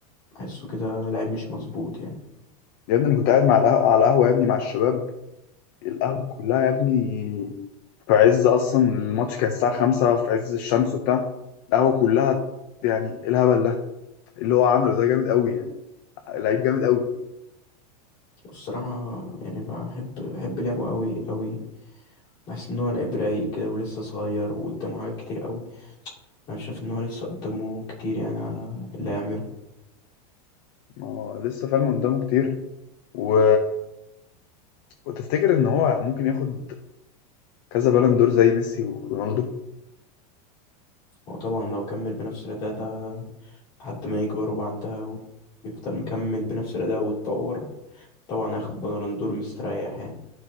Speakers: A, on the left; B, on the left.
A: بحسه كده لعيب مش مظبوط يعني
B: يا ابني أنا كنت قاعد مع القه- على القهوة يا ابني مع الشباب القهوة كلها يا ابني في عز أصلا الماتش كان الساعة خمسة في عز الشمس وبتاع القهوة كلها يعني إيه الهبل ده اللي هو عمله ده جامد قوي يعني لعيب جامد قوي
A: والصراحة يعني بحب بحب لعبه قوي قوي بحس ان هو لعيب رايق كده ولسه صغير وقدامه حاجات كتير قوي انا شايف ان هو لسه قدامه كتير يعني على اللي هيعمله
B: ما هو لسه فعلا قدامه كتير و... وتفتكر ان هو ممكن ياخد كذا بالون دور زي ميسي ورونالدو
A: هو طبعا لو كمل بنفس الاداء ده لحد ما يكبر وبعدها يفضل مكمل بنفس الأداء ويتطور طبعا هياخد بالون دور مستريح يعني